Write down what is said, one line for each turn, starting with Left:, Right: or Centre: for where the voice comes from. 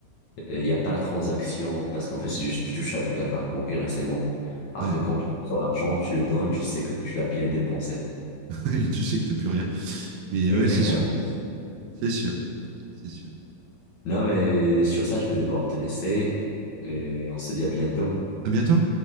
Left: il n'y a pas la transaction, parce qu'en fait, c'est juste tu touches avec la carte bancaire et c'est bon. Alors
Right: Ouais.
Left: que quand tu sors l'argent, tu le donnes, tu sais que tu l'as bien dépensé.
Right: <laughs> tu sais que t'as plus rien. Mais
Left: Exactement.
Right: oui, c'est sûr. C'est sûr. C'est sûr.
Left: Non, mais sur ça, je vais devoir te laisser et on se dit à bientôt.
Right: À bientôt.